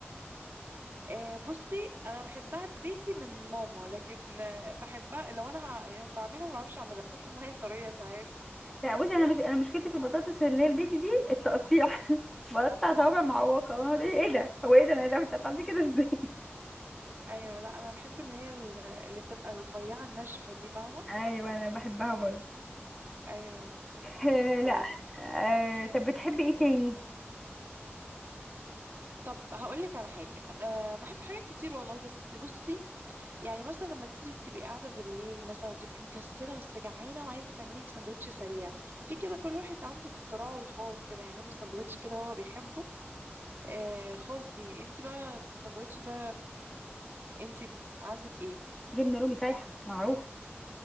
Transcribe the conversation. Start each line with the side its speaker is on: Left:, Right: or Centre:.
Right: آه، بصي انا بحبها ببيتي من ماما لكن آه، بحبها لو انا ه... يعني بعملها ما بعرفش اعملها بتطلع معايا طريه ساعات
Centre: لا بصي انا مش انا مشكلتي في البطاطس اللي هي البيتي دي التقطيع <laughs> بقطع صوابع معوقة أنا ده ايه ده هو ايه ده انا إيه ده بتقطعتي كده ازاي <laughs>
Right: ايوه لا انا بحب اللي هي ال- اللي بتبقى الرفيعه الناشفه دي فاهمه
Centre: ايوه انا بحبها برضه
Right: ايوه
Centre: <laughs> آه،
Right: ف
Centre: لا آه، طب بتحبي ايه تاني
Right: طب هقول لك على حاجة أه بحب حاجات كتير والله بس بصي يعني مثلا لما انتي بتبقي قاعدة بالليل مثلا وتبقي مكسلة بس جعانة وعايزة تعملي لك سندوتش سريع في كده كل واحد عنده اختراعه الخاص كده يعمله سندوتش كده هو بيحبه أه خاص بيه انتي بقى السندوتش ده انتي عندك ايه
Centre: جبنة رومي سايحة معروف